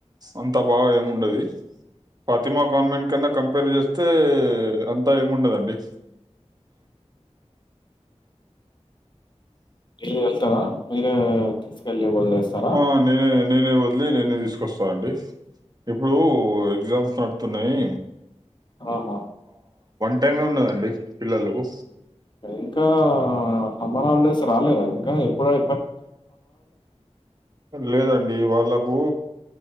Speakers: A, on the right; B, on the left.
A: అంతా బాగా ఏముండదు ఫాతిమా కాన్వెంట్ కన్నా కంపేర్ చేస్తే అంతా ఏముండదండి
B: ఏయు వెళ్తావ మీరు ఎళ్లి వదిలేస్తార
A: ఆ! నేనే, నేనే వదిలి నేనే తీసుకొస్తాను అండి ఇప్పుడు ఎగ్జామ్స్ నడుత్తున్నాయి
B: ఆహా
A: టైమే ఉన్నదండి పిల్లలకు.
B: ఇంకా సమ్మర్ హాలిడేస్ రాలేద ఇంకా ఎప్పుడై
A: లేదండి వాళ్ళక్ కు